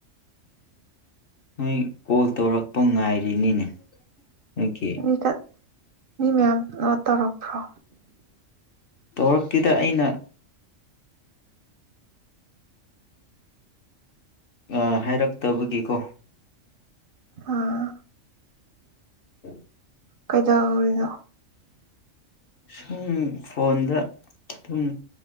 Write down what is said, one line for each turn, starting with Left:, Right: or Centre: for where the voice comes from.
Left: ꯅꯣꯏ ꯀꯣꯜ ꯇꯧꯔꯛꯄ ꯉꯥꯏꯔꯤꯅꯤꯅꯦ ꯅꯪꯒꯤ
Right: ꯃꯤ ꯃꯤ ꯃꯌꯥꯝ ꯇꯧꯔꯛꯄ꯭ꯔꯣ
Left: ꯇꯧꯔꯛꯇꯦꯗ ꯑꯩꯅ ꯑ ꯍꯥꯏꯔꯛꯇꯕꯒꯤꯀꯣ
Right: ꯑꯥ
Left: <unintelligible>
Right: ꯀꯩꯗꯧꯔꯝꯃꯤꯅꯣ
Left: ꯁꯨꯝ ꯐꯣꯟꯗ ꯑꯗꯨꯝ